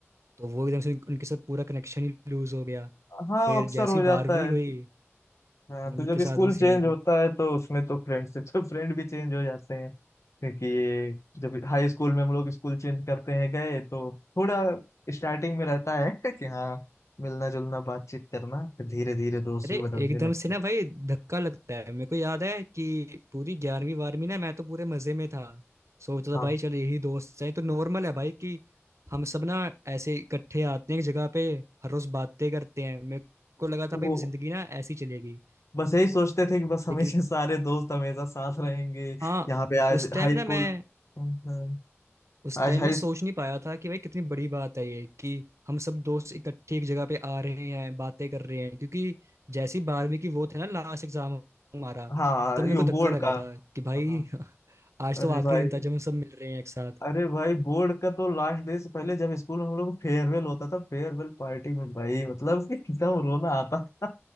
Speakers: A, on the right; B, on the left.
A: तो वो एकदम से उन- उनके साथ पूरा कनेक्शन ही लूज हो गया
B: हाँ
A: फिर
B: वो अक्सर
A: जैसी
B: हो जाता
A: बारहवीं
B: है
A: हुई
B: हाँ तो
A: उनके
B: जब
A: साथ
B: स्कूल
A: भी सेम
B: चेंज होता है तो उसमें तो फ्रेंडशिप तो फ्रेंड भी चेंज हो जाते हैं क्योंकि ये जब हाई स्कूल में हम लोग स्कूल चेंज करते हैं गए तो थोड़ा स्टार्टिंग में रहता है <laughs> कि हाँ मिलना जुलना बातचीत करना फिर धीरे धीरे दोस्त
A: अरे
B: भी बदलने
A: एकदम
B: लगते
A: से ना भाई धक्का लगता है मेरे को याद है कि पूरी ग्यारहवीं बारहवीं ना मैं तो पूरे मजे में था सोचता था
B: हाँ
A: भाई चल यही दोस्त हैं तो नॉर्मल है भाई कि हम सब ना ऐसे इकट्ठे आते हैं एक जगह पे हर रोज बातें करते हैं मेरे को लगा
B: वो
A: था भाई जिंदगी ना ऐसी चलेगी
B: बस यही सोचते थे कि बस हमेशा
A: लेकिन
B: सारे दोस्त हमेशा साथ रहेंगे
A: हाँ
B: यहाँ पे आज
A: उस टाइम
B: हाई
A: ना
B: स्कूल
A: मैं
B: हम्म, हम्म,
A: उस
B: आज
A: टाइम
B: हाई
A: मैं सोच नहीं पाया था कि भाई कितनी बड़ी बात है ये कि हम सब दोस्त इकट्ठे एक जगह पे आ रहे हैं बातें कर रहे हैं क्योंकि जैसी बारहवीं की वो थे ना लास्ट एग्जाम हमारा
B: हाँ
A: तब मेरे
B: यो
A: को
B: बोर्ड
A: धक्का लगा
B: का
A: था कि भाई
B: हाँ
A: <laughs> आज तो
B: अरे
A: आखिरी
B: भाई
A: दिन था जब हम सब मिल रहे हैं एक साथ
B: अरे भाई बोर्ड का तो लास्ट डे से पहले जब स्कूल में हम लोग फेयरवेल होता था फेयरवेल पार्टी में भाई मतलब <laughs> कि एकदम रोना आता था